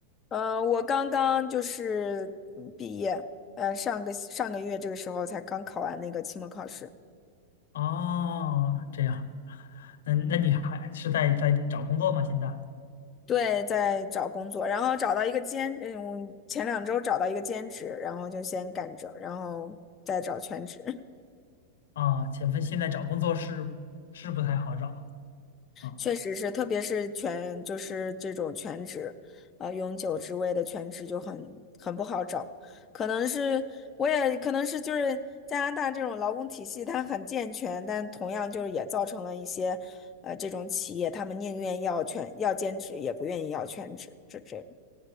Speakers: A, on the left; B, on the left.
A: 呃，我刚刚就是嗯毕业，呃，上个上个月这个时候才刚考完那个期末考试。
B: 哦，这样，那那你还是在在找工作吗？现在
A: 对，在找工作，然后找到一个兼，嗯，前两周找到一个兼职，然后就先干着，然后再找全职。<laughs>
B: 啊，前分现在找工作是是不太好找啊
A: 确实是，特别是全就是这种全职，啊、永久职位的全职就很很不好找。可能是我也可能是就是加拿大这种劳工体系它很健全，但同样就是也造成了一些，呃，这种企业他们宁愿要全要兼职，也不愿意要全职，这这种